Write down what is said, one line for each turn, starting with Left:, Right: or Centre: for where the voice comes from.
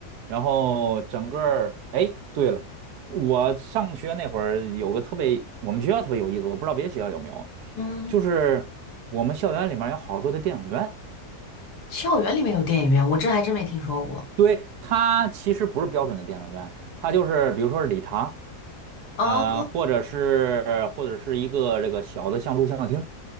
Right: 然后整个儿，哎，对了，我上学那会儿有个特别，我们学校特别有意思，我不知道别的学校有没有，
Left: 嗯，
Right: 就是我们校园里面有好多的电影院。
Left: 嗯校园里面有电影院，我这还真没听说过。
Right: 对，它其实不是标准的电影院，它就是比如说是礼堂，
Left: 哦
Right: 呃，或者是或者是一个这个小的像录像厅。